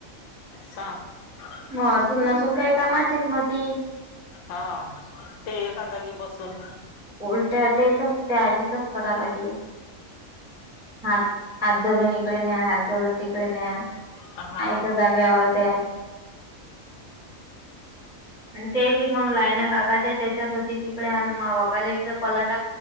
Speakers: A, on the left; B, in the centre.
A: सांग. <unintelligible>
B: मग असून नसून काही कामाचीच नव्हती.
A: हा ते एका जागी बसून
B: उलट तेच असते आधीच असत रा लागेल. हात हात धरून इकडे न्या हात धरून तिकडे न्या
A: हा.
B: आयत जाग्यावर द्या. आणि ते बी मग लाईण्या काकाच्या त्याच्यात होती तिकडे मा बाबाला ते <unintelligible> पलाटा